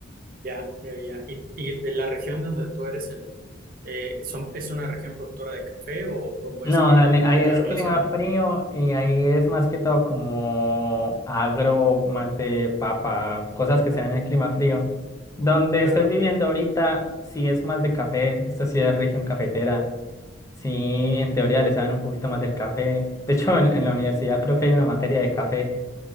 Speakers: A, on the right; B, on the left.
A: Ya, ya, ya. ¿Y, y de la región donde tú eres, el, eh, son, es una región productora de café o cómo
B: No,
A: es que
B: dale, ahí
A: tú te
B: es
A: has relacionado?
B: clima frío y ahí es más que todo como agro, más de papa, cosas que sean en el clima frío. Donde
A: Claro,
B: estoy viviendo ahorita, sí es más de café, esta sí es región cafetera. Sí, en teoría le saben un poquito más del café. De hecho, en, en la universidad creo que hay una materia de café.